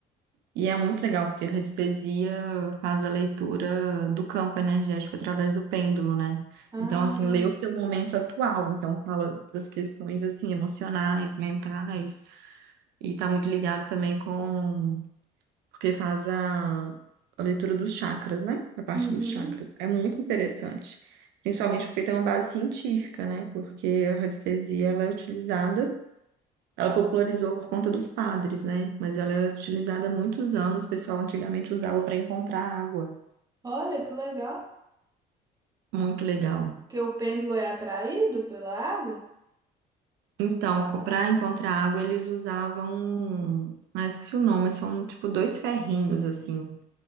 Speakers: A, on the right; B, on the right.
A: E é muito legal, porque a radiestesia faz a leitura do campo energético através do pêndulo, né?
B: Ah,
A: Então, assim, lê o seu momento atual. Então, fala das questões, assim, emocionais, mentais. E tá muito ligado também com... Porque faz a, a leitura dos chakras, né? A parte
B: uhum.
A: dos chakras. É muito interessante. Principalmente porque tem uma base científica, né? Porque a radiestesia, ela é utilizada ela popularizou por conta dos padres, né? Mas ela é utilizada há muitos anos. O pessoal antigamente usava para encontrar água.
B: Olha que legal.
A: Muito legal.
B: Que o pêndulo é atraído pela água.
A: Então, para encontrar água, eles usavam. Ah, esqueci o nome, mas são tipo dois ferrinhos assim.